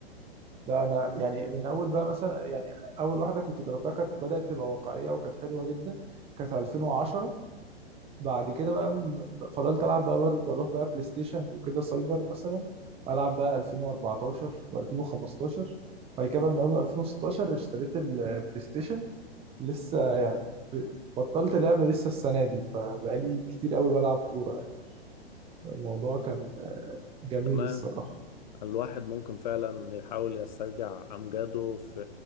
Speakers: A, on the right; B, on the left.
A: لا انا يعني من اول بقى مثلا يعني اول واحده كنت جربتها كانت بدات تبقى واقعيه وكانت حلوه جدا كانت 2010 بعد كده بقى م- فضلت العب بقى بر- بروح بقى بلاي ستيشن وكده سايبر مثلا العب بقى 2014 و2015 بعد كده بقى من اول 2016 اشتريت البلاي ستيشن لسه يعني بطلت لعب لسه السنه دي فبقالي كتير قوي بلعب كوره الموضوع كان جميل
B: تمام
A: الصراحه
B: الواحد ممكن فعلا يحاول يسترجع أمجاده في